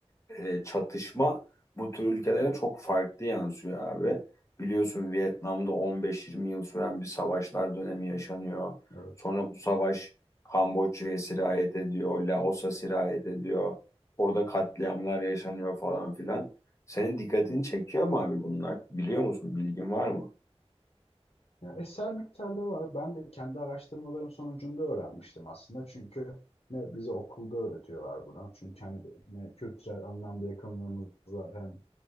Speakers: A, on the left (about 25°); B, on the left (about 70°).
A: e, çatışma bu tür ülkelere çok farklı yansıyor abi. Biliyorsun Vietnam'da 15-20 yıl süren bir savaşlar dönemi yaşanıyor.
B: evet.
A: Sonra bu savaş Kamboçya'ya sirayet ediyor, Laos'a sirayet ediyor. Orada katliamlar yaşanıyor falan filan. Senin dikkatini çekiyor mu abi bunlar? Biliyor musun? Bilgin var mı?
B: Yani eser miktarda var. Ben de kendi araştırmalarım sonucunda öğrenmiştim aslında. Çünkü ne bize okulda öğretiyorlar bunu. Çünkü hani bir- ne kültürel anlamda yakınlığımız var hem